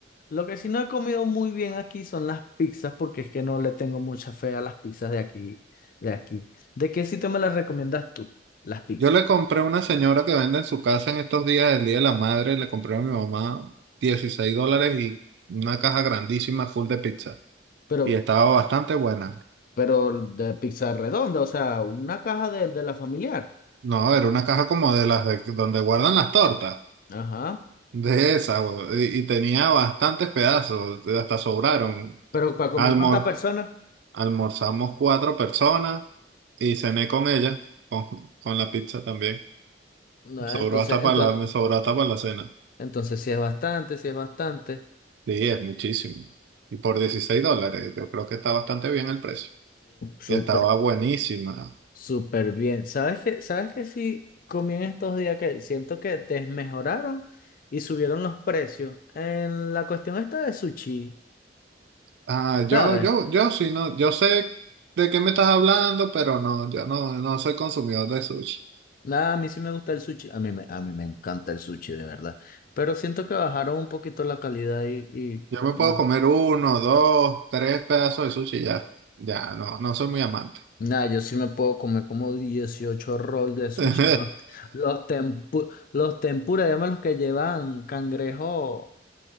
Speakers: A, on the left (about 50°); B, on the right (about 65°).
A: Lo que sí no he comido muy bien aquí son las pizzas, porque es que no le tengo mucha fe a las pizzas de aquí, de aquí. ¿De qué sitio me las recomiendas tú, las pizzas?
B: Yo le compré a una señora que vende en su casa en estos días del Día de la Madre, le compré a mi mamá 16 dólares y una caja grandísima full de pizza.
A: Pero,
B: Y estaba bastante buena.
A: pero de pizza redonda, o sea, una caja de, de la familiar.
B: No, era una caja como de las de donde guardan las tortas,
A: Ajá.
B: de esa, güey, y, y tenía bastantes pedazos, hasta sobraron.
A: Pero para comer
B: Almor,
A: cuántas personas,
B: almorzamos cuatro personas y cené con ella, con, con la pizza también.
A: No,
B: Sobró
A: entonces,
B: hasta
A: entonces,
B: para la, me sobró hasta para la cena.
A: entonces sí es bastante, sí es bastante.
B: Sí, es muchísimo. Y por 16 dólares, yo creo que está bastante bien el precio.
A: súper
B: Y estaba buenísima.
A: Súper bien. ¿Sabes qué? ¿Sabes qué sí comí en estos días que siento que desmejoraron y subieron los precios? En la cuestión esta de sushi,
B: Ah,
A: ¿sabes?
B: yo, yo, yo sí, no, yo sé de qué me estás hablando, pero no, yo no, no soy consumidor de sushi.
A: Nada, a mí sí me gusta el sushi. A mí me, a mí me encanta el sushi, de verdad. Pero siento que bajaron un poquito la calidad y, y
B: Yo me
A: no.
B: puedo comer uno, dos, tres pedazos de sushi y ya. Ya, no, no soy muy amante.
A: Nada, yo sí me puedo comer como 18 rolls de sushi.
B: <laughs>
A: Los, los, tempu- los tempura, llaman los que llevan cangrejo